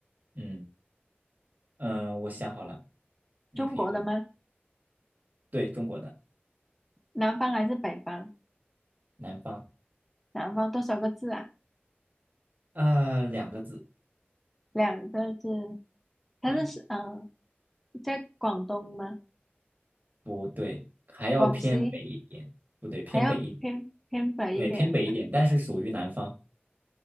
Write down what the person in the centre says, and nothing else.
中国的吗？
南方还是北方？
南方多少个字啊？
两个字。它是是嗯、
呃在广东吗？
广西
还要偏偏北一点的，